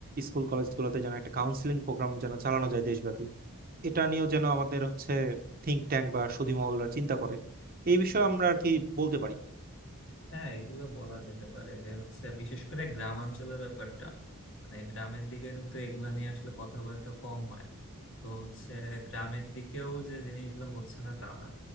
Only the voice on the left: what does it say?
হ্যাঁ এগুলো বলা যেতে পারে যে হচ্ছে বিশেষ করে গ্রামাঞ্চলের ব্যাপারটা মানে গ্রামের দিকে কিন্তু এগুলা নিয়ে আসলে কথাবার্তা কম হয় তো হচ্ছে গ্রামের দিকেও যে জিনিসগুলো হচ্ছে না তা না